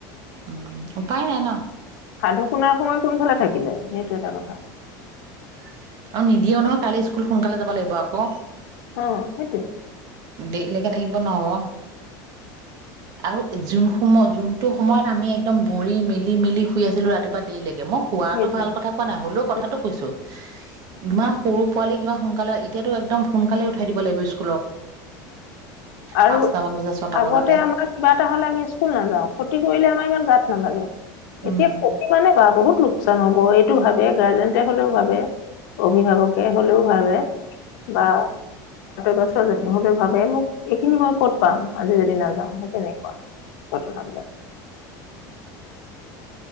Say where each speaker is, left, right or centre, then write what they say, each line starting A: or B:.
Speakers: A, on the right; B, on the left.
A: উম উপ উপাই ন ন
B: সাধু শুনাৰ সময় কোনফালে থাকিলে সেইটো এটা কথা
A: আৰু নিদিয় নহয় কাইলৈ স্কুল সোনকালে যাব লাগিব পাপো
B: অ সেইটো
A: েই লে বনোৱা আৰু যোন সময় যোনটো সময়ত আমি একদম ভৰি মেলি মেলি শুই আছিলো ৰাতিপুৱা দেৰি লকে মই শোৱাাতো
B: সেইটোৱে
A: ভাল কথা কোৱা নাই হলেও কথাটো
B: উম
A: কৈছো ইমান সৰু পোৱালি কিিবা সোনকালে এতিয়াতো একদম সোনকালে উঠাই দিব লাগিব স্কুল
B: আৰু
A: পাঁচটা মান বজাত ছটা
B: আগতে
A: বজাতে
B: আমাৰ কিবা এটা হলে আমি স্কুল নাযাও ক্ষতি কৰিলে আমাৰ ইমান গাত নালাগে
A: উম
B: এতিয়া ক মানে বা বহুত লোকচান হব এইটো ভাবে গাৰ্জেন হলেও ভাবে অভিভাৱকে হলেও ভাবে বা ব হলেও ভাবে মোক এইখিনি মই ক'ত পাম আজি যদি নাযাও সেই তেনেকুৱা ঘটনাবলাক